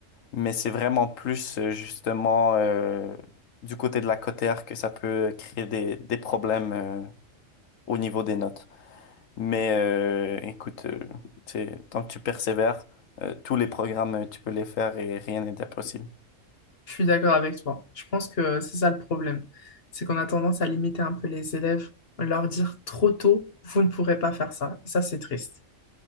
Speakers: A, on the left; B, on the left.
A: mais c'est vraiment plus euh, justement euh, du côté de la cotère que ça peut créer des, des problèmes euh, au niveau des notes. Mais euh, écoute, euh, c'est- tant que tu persévères, euh, tous les programmes, euh, tu peux les faire et rien n'est impossible.
B: Je suis d'accord avec toi. Je pense que c'est ça le problème. C'est qu'on a tendance à limiter un peu les élèves, à leur dire trop tôt, vous ne pourrez pas faire ça. Et ça, c'est triste.